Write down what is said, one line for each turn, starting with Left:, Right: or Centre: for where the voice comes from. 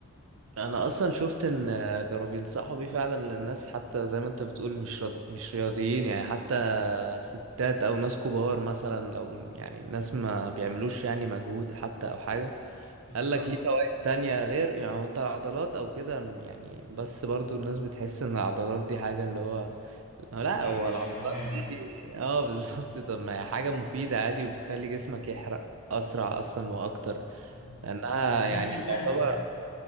Right: انا اصلا شفت ان كانوا بينصحوا بيه فعلا للناس حتى زي ما انت بتقول مش راضي مش رياضيين يعني حتى ستات او ناس كبار مثلا لو يعني ناس ما بيعملوش يعني مجهود حتى او حاجة
Left: بالظبط
Right: قال لك ليه فوائد تانية غير يعني هو انت العضلات او كده يعني بس برضو الناس بتحس ان العضلات دي حاجة اللي هو لا
Left: بتاعت
Right: هو
Left: الجيماويه
Right: العضلات
Left: بس
Right: دي <laughs> اه بالظبط طب ما هي حاجة مفيدة عادي وبتخلي جسمك يحرق اسرع اصلا واكتر
Left: مم.
Right: لانها
Left: ومفيد
Right: يعني
Left: للقلب
Right: تعتبر